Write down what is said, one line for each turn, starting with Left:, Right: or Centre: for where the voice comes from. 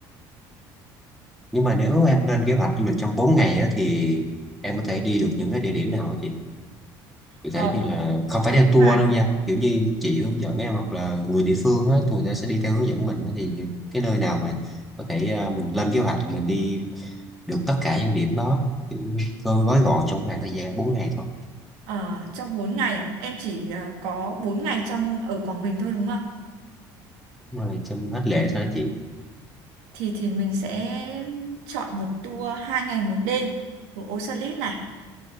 Centre: nhưng mà nếu em lên kế hoạch du lịch trong 4 ngày á, thì em có thể đi được những cái địa điểm nào hả chị cụ
Right: ờ,
Centre: thể như là không phải theo
Right: mà
Centre: tour luôn nha kiểu như chị hướng dẫn em hoặc là người địa phương á thì người ta sẽ đi theo hướng dẫn mình á, thì cái nơi nào mà có thể à, mình lên kế hoạch mình đi được tất cả những điểm đó kiểu cơ gói gọn trong khoảng thời gian bốn ngày thôi
Right: ờ, trong 4 ngày à em chỉ ờ, có 4 ngày trong ở Quảng Bình thôi đúng không
Centre: Đúng rồi trong hết lễ
Right: Ừ.
Centre: thôi đó chị
Right: thì thì mình sẽ chọn một tour hai ngày một đêm của Osalit này